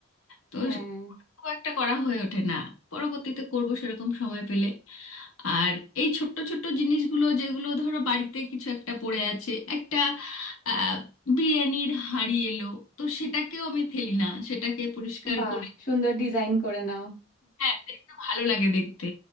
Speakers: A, on the left (about 75°); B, on the left (about 40°).
A: তো
B: হ্যাঁ
A: সে- খুব একটা করা হয়ে ওঠে না পরবর্তীতে করব সেরকম সময় পেলে আর এই ছোট্ট ছোট্ট জিনিসগুলো যেগুলো ধরো বাড়িতে কিছু একটা পড়ে আছে একটা আহ, বিরিয়ানির হাঁড়ি এলো তো সেটাকেও আমি ফেলি না সেটাকে পরিষ্কার
B: বাহ
A: করে
B: সুন্দর ডিজাইন করে নাও
A: হ্যাঁ দেখতে ভালো লাগে দেখতে